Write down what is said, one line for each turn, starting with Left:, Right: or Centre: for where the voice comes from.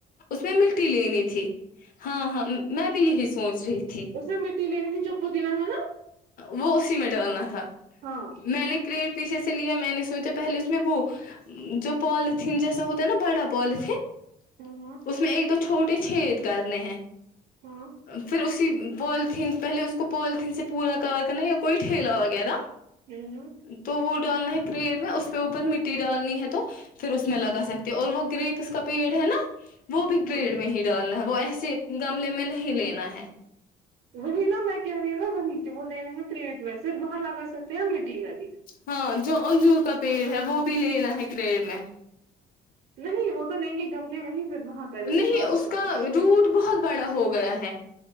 Left: اس میں مٹی لینی تھی ہاں ہاں میں بھی یہی سوچ رہی تھی
Right: اس میں لینی تھی چپو دیننا ہےا
Left: وہ اسی میں ڈالنا تھا
Right: ہاں
Left: میں نے کریٹ پیچے سے لیا میں نے سوچا پہلے اس میں وہ جو پوالتھین جیسا ہوتا ہے نا بڑا پوالتھین
Right: ہاں ہاں
Left: اس میں ایک دو چھوٹے سے چھید کرنے ہیں
Right: ہاں
Left: پھر اسی پالیتھین پہلے اس کو پالیتھین سے پورا کور کرنا یا کوئی ٹھیلا وغیرہ
Right: ہوں ہوں
Left: تو وہ ڈا لنا ہے پیڑ میں اس پہ اوپر مٹی ڈالنی ہے تو پھر اس میں لگا سکتے ہیں اور وہ گریپ اس کا پیڑ ہے نا وہ
Right: ہوں
Left: بھی کریڑ
Right: ہوں
Left: میں ہی ڈالنا ہے وہ ایسے گملے میں نہیں لینا ہے
Right: وہی نا میں کہہ نا وہیںچ وہ لنے ہیں تھریٹ میں صرف اں لگا سکتے ہیں میٹی بھی
Left: ہاں جو انجور کا پیڑ ہے وہ بھی لینا ہے کریڑ میں
Right: نہیں وہ تو نہیں گ گملے میں پھر وہاں کریں
Left: نہیں
Right: گے ٹرانسپلانٹ
Left: اس کا روٹ بہت بڑا ہو گیا ہے